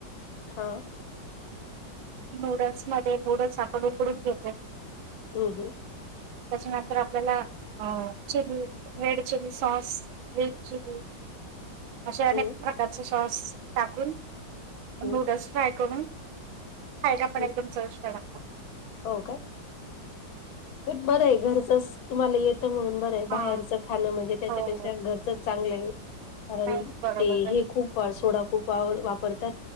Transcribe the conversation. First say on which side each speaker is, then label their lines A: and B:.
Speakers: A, on the left (about 85°); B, on the right (about 80°).
A: हा
B: नूडल्स मध्ये नूडल्स आपण उकडून घेतो.
A: हम्म हम्म
B: त्याच्यानंतर आपल्याला अ chilli red chilli sauce, green chilli
A: <inaudible>
B: असे अनेक
A: हं,
B: प्रकारचे सॉस टाकून
A: हं,
B: नूडल्स फ्राय करून खायला पण
A: हं.
B: एकदम चविष्ट लाग
A: हो का? बरं आहे घरचंच तुम्हाला येत त म्हणून बरंय, बाहेरचं
B: हा
A: खाणं म्हणजे त्याच्यापेक्षा
B: हो
A: घरचंच चांगलं आहे. कारण
B: नाही बरोबर
A: ते
B: आहे.
A: हे खूप अ सोडा खूप वा वापर तात,